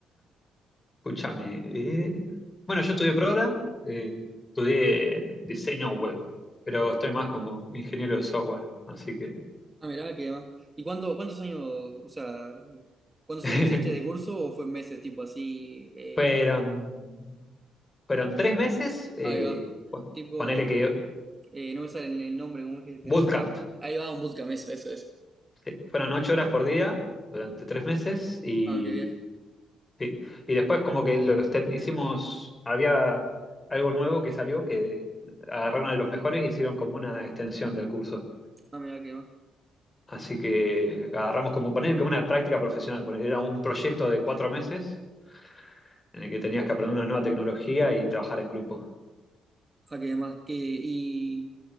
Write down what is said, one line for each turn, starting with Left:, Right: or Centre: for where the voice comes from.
Left: Escúchame. eh, Bueno, yo estudié programa, eh, estudié diseño web, pero estoy más como ingeniero de software, así que
Right: Ah, mirá, qué demás. ¿Y cuánto, cuántos años, o sea, cuántos
Left: <laughs>
Right: años hiciste de curso o fue en meses, tipo así? eh,
Left: fueron, fueron tres meses, eh,
Right: ahí va.
Left: pon-
Right: Tipo,
Left: ponele que
Right: eh, no me sale el el nombre, ¿cómo es que, que
Left: bootcamp,
Right: se llama? Ahí va, un bootcamp, eso, eso, eso.
Left: sí, fueron ocho horas por día durante tres meses y,
Right: Ah, qué viaje.
Left: sí, y después como que lo exten- hicimos, había algo nuevo que salió, que agarraron a los mejores y hicieron como una extensión del curso.
Right: Ah, mirá, qué demás.
Left: Así que agarramos como poner como una práctica profesional. poner- Era un proyecto de cuatro meses en el que tenías que aprender una nueva tecnología y trabajar en grupo.
Right: Ah, qué demás. qué y,